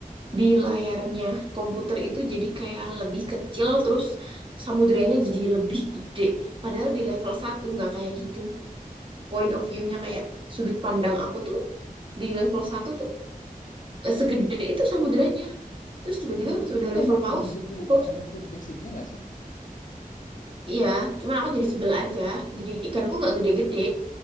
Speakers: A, on the right; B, on the left.
A: di layarnya komputer itu jadi kayak lebih kecil terus samudranya jadi lebih gede padahal di level satu nggak kayak gitu point of view-nya kayak sudut pandang aku tuh di level satu tuh eh, segede itu samudranya terus tiba-tiba
B: Tapi,
A: pas udah
B: tapi
A: level
B: emang
A: paus
B: emang gitu
A: pausnya
B: emang gitu basicnya nggak sih?
A: iya cuman aku jadi sebel aja jadi ikanku nggak gede-gede